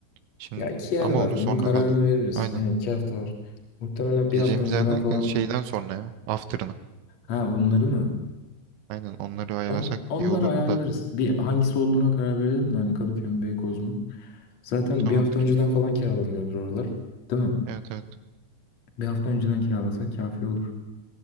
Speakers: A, on the right; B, on the left.
A: Şimdi
B: Ya iki yer
A: ama
B: var.
A: onu
B: Onun
A: sonra
B: kararını
A: hallet.
B: veririz.
A: Aynen.
B: Aynen iki hafta var. Muhtemelen
A: Gideceğimiz
B: bir hafta önceden
A: yerden
B: falan.
A: ka- şeyden sonra ya. After'ına.
B: Ha onları mı?
A: Aynen onları ayarlasak
B: On, onları
A: iyi olurdu
B: ayarlarız.
A: da.
B: Bir hangisi olduğuna karar verelim de hani Kadıköy mü Beykoz mu? Zaten
A: Tamamdır.
B: bir hafta önceden falan kiralanıyordur oralar. Değil mi?
A: Evet evet.
B: Bir hafta önceden kiralasak kafi olur.